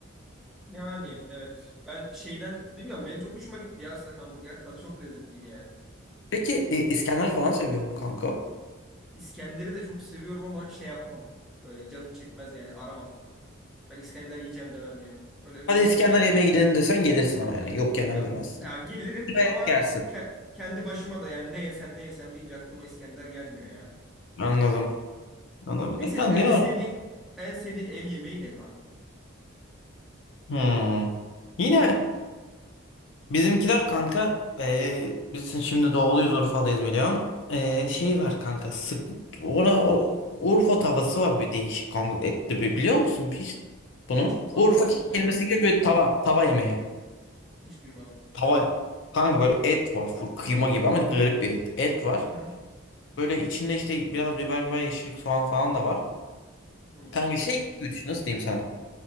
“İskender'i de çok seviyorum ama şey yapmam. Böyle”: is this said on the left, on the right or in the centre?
Centre